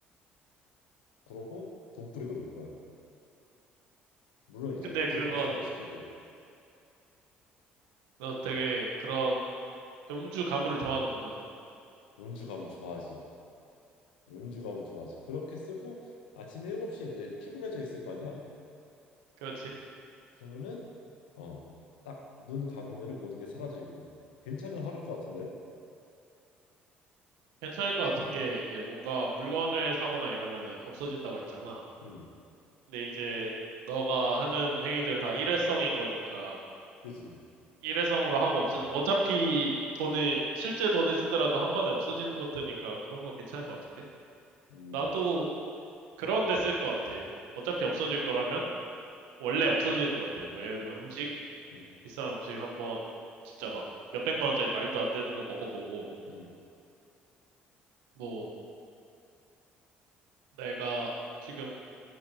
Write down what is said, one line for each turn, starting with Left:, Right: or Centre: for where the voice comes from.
Left: 그러고 돈 뿌리고 놀 거야. 물론 이제
Right: 근데
Left: 바트에
Right: 그거,
Left: 더 비싼 걸 시키고
Right: 너 되게 그런 음주 가물을 좋아하는구나.
Left: 음주 가면 좋아하지. 음주 가면 좋아하지. 그렇게 쓰고 아침 7시에 이제 피곤해져 있을 거 아니야.
Right: 그렇지?
Left: 그러면은 어, 딱 눈 감으면은 모든 게 사라져 있고 괜찮은 하루일 것 같은데?
Right: 괜찮을 것 같은 게 이제 뭔가 물건을 사거나 이러면은 없어진다고 했잖아.
Left: 응.
Right: 근데 이제 너가 하는 행위들은 다 일회성인 거니까
Left: 그지?
Right: 일회성으로 하고 없어지면 어차피 돈을, 실제 돈을 쓰더라도 한 번에 없어지는 것들이니까 그런 거 괜찮은 것 같은데?
Left: 음,
Right: 나도 그런 데 쓸 것 같아. 어차피 없어질 거라면 원래 없어지는 것들. 뭐 예를 들면 음식,
Left: 음,
Right: 비싼 음식 한번 진짜 막 몇백만 원짜리 말도 안 되는 거 먹어보고,
Left: 음,
Right: 뭐 내가 지금